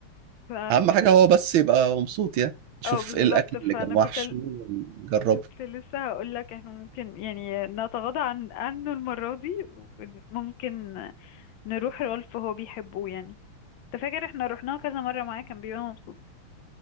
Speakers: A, on the left; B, on the right.
A: ف
B: اهم حاجة هو بس يبقى مبسوط يعني شوف
A: اه بالظبط
B: ايه الاكل
A: فانا
B: اللي كان
A: كنت
B: وحش
A: ل-
B: وجربه
A: كنت لسه هقول لك احنا ممكن يعني نتغاضى عن عنه المرة دي وممكن نروح رالف هو بيحبه يعني انت فاكر احنا رحناه كذا مرة معاه كان بيبقى مبسوط